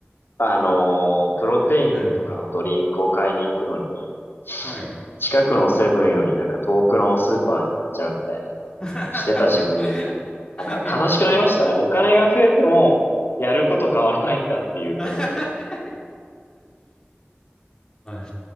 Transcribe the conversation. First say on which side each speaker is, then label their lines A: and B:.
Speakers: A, on the left (about 60°); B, on the left (about 15°).
A: あのープロテインとかのドリンクを買いに行くのに、
B: はいはい。はい。
A: 近くのセブンよりなんか遠くのスーパーに行っちゃうみたいなのをしてた自分を見て、
B: <laughs>
A: なんか悲しくなりましたね。
B: はい。
A: お金が増えても、やること変わらないんだっていう、こう。
B: <laughs> まあ、